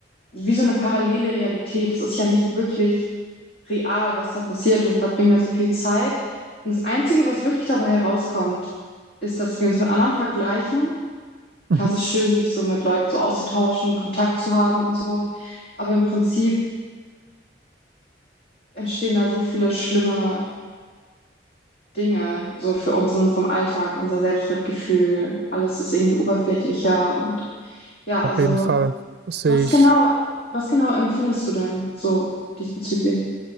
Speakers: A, on the left (about 55°); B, on the right (about 60°).
A: wie so eine parallele Realität. Es ist ja nicht wirklich real, was da passiert und wir verbringen da so viel Zeit. Und das Einzige, was wirklich dabei herauskommt, ist, dass wir uns mit anderen vergleichen.
B: mhm.
A: Klar, es ist schön, sich so mit Leuten so auszutauschen, Kontakt zu haben und so. Aber im Prinzip entstehen da so viele schlimme Dinge, so für uns in unserem Alltag, unser Selbstwertgefühl. Alles ist irgendwie oberflächlicher und ja,
B: Auf
A: also
B: jeden Fall. Das sehe
A: was
B: ich.
A: genau, was genau empfindest du denn so diesbezüglich?